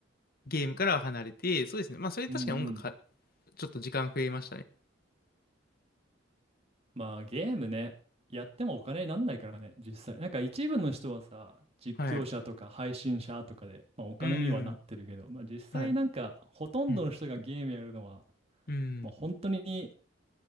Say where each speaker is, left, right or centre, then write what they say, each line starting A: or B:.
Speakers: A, on the left; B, on the right.
A: ゲームからは離れて、そうですね。まあ、それ確かに音楽か、
B: うんうん。
A: ちょっと時間増えましたね。
B: まあゲームね、やってもお金になんないからね、実際。なんか一部の人はさ、実況者とか配信者とかで、
A: はい。
B: まあお金にはなってるけど、
A: うん。
B: まあ実際なんかほとんどの人がゲームやるのは、
A: はい。うん。うん。
B: まあ本当に、